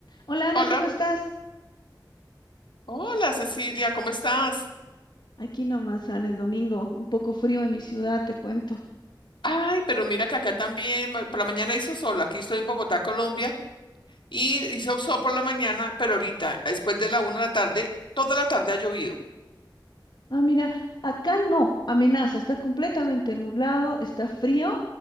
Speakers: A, on the left (about 65°); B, on the left (about 90°).
A: Hola Ana,
B: Hola,
A: ¿cómo estás?
B: hola Cecilia, ¿cómo estás?
A: Aquí nomás, Ana, el domingo, un poco frío en mi ciudad, te cuento.
B: Ay, pero mira que acá también, ma- por la mañana hizo sol, aquí estoy en Bogotá, Colombia, y hizo sol por la mañana, pero ahorita, después de la una de la tarde, toda la tarde ha llovido.
A: Ah, mira, acá no, amenaza, está completamente nublado, está frío,